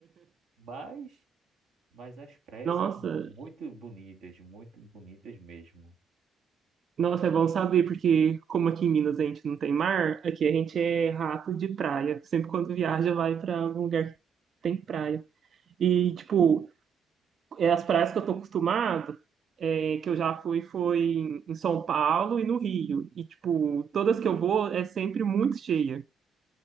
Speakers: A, on the right; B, on the right.
A: mas, mas as praias
B: Nossa,
A: são muito bonitas, muito bonitas mesmo.
B: Nossa, é bom saber, porque como aqui em Minas a gente não tem mar, aqui a gente é rato de praia. Sempre quando viaja, vai pra algum lugar que tem praia. E, tipo, é as praias que eu tô acostumado, é, que eu já fui, foi em em São Paulo e no Rio. E, tipo, todas que eu vou é sempre muito cheia.